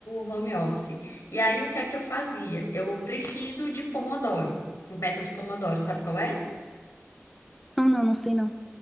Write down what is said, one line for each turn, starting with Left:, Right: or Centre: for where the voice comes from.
Left: home office. E aí o que é que eu fazia? Eu preciso de Pomodoro, o método Pomodoro, sabe qual é?
Centre: Não, não, não sei não.